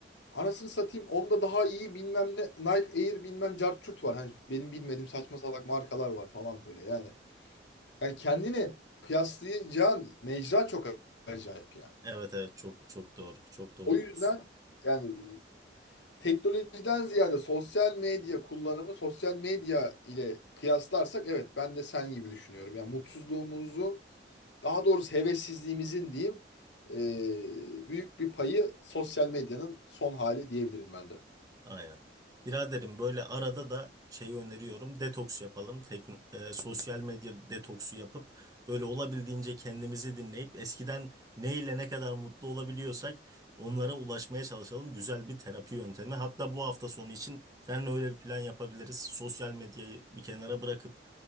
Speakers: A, on the left; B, on the right.
A: Anasını satayım. Onda daha iyi bilmem ne. Nike Air bilmem cartçurt var. Hani benim bilmediğim saçma salak markalar var falan böyle yani. Yani kendini kıyaslayacağın mecra çok acayip yani.
B: Evet evet çok çok doğru. Çok doğru
A: O yüzden
B: diyorsun.
A: yani Teknolojiden ziyade sosyal medya kullanımı, sosyal medya ile kıyaslarsak evet ben de sen gibi düşünüyorum. Yani mutsuzluğumuzun daha doğrusu hevessizliğimizin diyeyim e, büyük bir payı sosyal medyanın son hali diyebilirim ben de.
B: Aynen. Biraderim böyle arada da şeyi öneriyorum. Detoks yapalım. Tek, e, sosyal medya detoksu yapıp böyle olabildiğince kendimizi dinleyip eskiden neyle ne kadar mutlu olabiliyorsak onlara ulaşmaya çalışalım. Güzel bir terapi yöntemi. Hatta bu hafta sonu için seninle öyle bir plan yapabiliriz. Sosyal medyayı bir kenara bırakıp